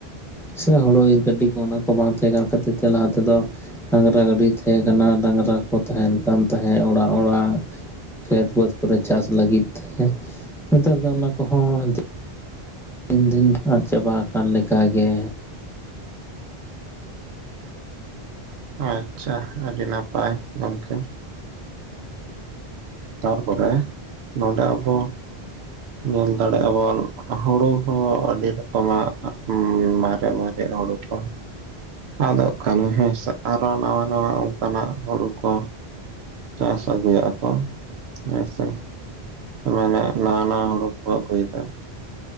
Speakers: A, in the centre; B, on the right.
A: ᱥᱮ ᱦᱳᱲᱳ ᱤᱨ ᱜᱟᱹᱰᱤ ᱠᱚ, ᱚᱱᱟ ᱠᱚ ᱵᱟᱝ ᱛᱟᱦᱮᱸ ᱠᱟᱱ ᱠᱷᱟᱹᱛᱤᱨ ᱛᱮ ᱞᱟᱦᱟ ᱛᱮᱫᱚ ᱰᱟᱝᱜᱽᱨᱟ ᱜᱟᱹᱰᱤ ᱛᱟᱦᱮᱸ ᱠᱟᱱᱟ, ᱰᱟᱝᱜᱽᱨᱟ ᱠᱚ ᱛᱟᱦᱮᱱ ᱠᱟᱱ ᱛᱟᱦᱮᱸᱫ ᱚᱲᱟᱜ ᱚᱲᱟᱜ ᱠᱷᱮᱛ ᱵᱟᱹᱫᱽ ᱠᱚᱨᱮ ᱪᱟᱥ ᱞᱟᱹᱜᱤᱫ ᱛᱮ ᱱᱮᱛᱟᱨ ᱫᱚ ᱚᱱᱟ ᱠᱚᱦᱚᱸ ᱫᱤᱱ ᱫᱤᱱ ᱟᱫ ᱪᱟᱵᱟ ᱟᱠᱟᱱ ᱞᱮᱠᱟ ᱜᱮ
B: ᱟᱪᱪᱷᱟ, ᱟᱹᱰᱤ ᱱᱟᱯᱟᱭ ᱜᱚᱝᱠᱮ᱾ ᱛᱟᱨᱯᱚᱨᱮ ᱱᱚᱰᱮ ᱟᱵᱚ ᱧᱮᱞ ᱫᱟᱲᱮᱭᱟᱜ ᱵᱚᱱ ᱦᱩᱲᱩ ᱦᱚᱸ ᱟᱹᱰᱤ ᱨᱚᱠᱚᱢᱟᱜ ᱢᱟᱨᱮ-ᱢᱟᱨᱮ ᱦᱩᱲᱩ ᱚᱸ᱾ ᱟᱫᱽᱜ ᱠᱟᱱᱟ ᱦᱮᱸᱥᱮ᱾ ᱟᱨᱚ ᱱᱟᱣᱟ ᱱᱟᱣᱟ ᱚᱱᱠᱟᱱᱟᱜ ᱦᱩᱲᱩ ᱠᱚ ᱪᱟᱥ ᱟᱜᱩᱭᱟᱜ ᱠᱚ᱾ ᱦᱮᱸᱥᱮ᱾ ᱢᱟᱱᱮ ᱱᱟᱣᱟ ᱱᱟᱣᱟ ᱦᱩᱲᱩ ᱠᱚ ᱟᱹᱜᱩᱭ ᱮᱫᱟ᱾